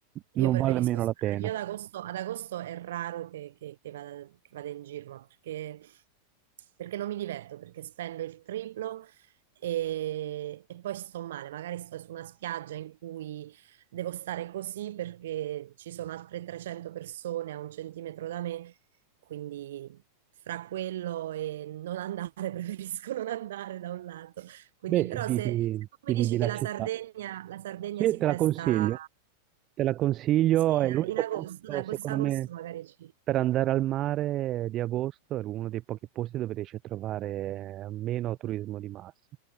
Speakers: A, on the right; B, on the right.
A: io
B: non
A: preferisco
B: vale meno
A: stare.
B: la pena.
A: Io ad agosto, ad agosto è raro che, che- che vada, che vada in giro, ma perché, perché non mi diverto, perché spendo il triplo e, e poi sto male, magari sto su una spiaggia in cui devo stare così perché ci sono altre 300 persone a un centimetro da me, quindi fra quello e non andare, <laughs> preferisco non andare da un lato. Quindi,
B: Beh,
A: però
B: ti vivi,
A: se, se tu
B: ti
A: mi
B: vivi
A: dici
B: la
A: che la
B: città.
A: Sardegna, la Sardegna
B: Sì,
A: si
B: te
A: presta,
B: la consiglio. Te la consiglio,
A: sì,
B: è l'unico
A: in agosto,
B: posto,
A: dai,
B: secondo
A: questo agosto
B: me,
A: magari ci...
B: per andare al mare di agosto, è uno dei pochi posti dove riesci a trovare meno turismo di massa.